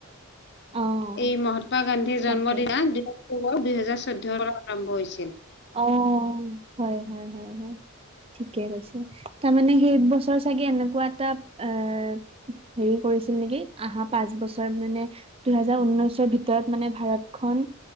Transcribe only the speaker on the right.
অ',
তাকে
অ হয় হয় হয় হয় হয় ঠিকে কৈছে তাৰমানে সেই বছৰ চাগে এনেকোৱা এটা আহ হেৰি কৰিছিল নেকি অহা পাঁচ বছৰ মানে দুহেজাৰ উনৈশৰ ভিতৰত মানে ভাৰতখন